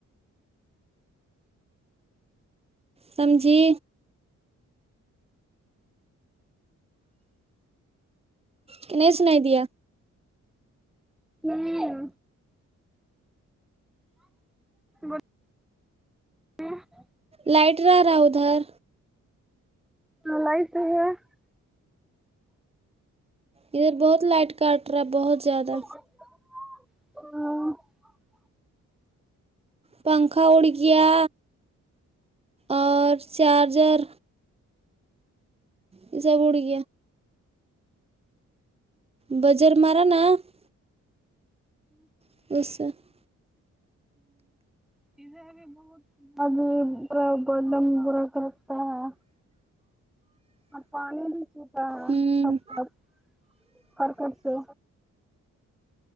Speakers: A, on the right; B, in the centre.
A: سمجھی کہ نہیں سنائی دیا
B: ہوں گ ج <inaudible>
A: لائٹ رہرا ادھر
B: اللہ آئیت ہے <unintelligible>
A: ادھر بہت لائٹ کٹ رہا ہے بہت زیادہ
B: <unintelligible>
A: پنکھا اڑ گیا اور چارجر یہ سب اڑ گیا بجر مارا نا <unintelligible> <unintelligible>
B: <unintelligible> اور پانی بھی چھو ٹا
A: ہ ہ
B: پھٹ پھٹ ہلکے سے